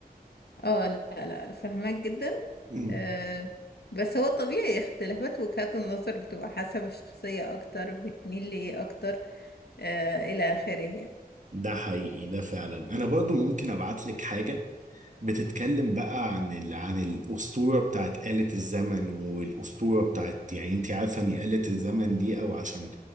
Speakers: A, on the left; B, on the right.
A: اه لا لا فاهمك جدا
B: مم.
A: آه بس هو طبيعي اختلافات وجهات النظر بتبقى حسب الشخصية اكتر بتميل لإيه اكتر آه الى اخره يعني
B: ده حقيقي ده فعلا انا برضو ممكن ابعت لك حاجة بتتكلم بقى عن ال... عن الأسطورة بتاعت آلة الزمن والأسطورة بتاعت يعني انت عارفة ان آلة الزمن دي او عشان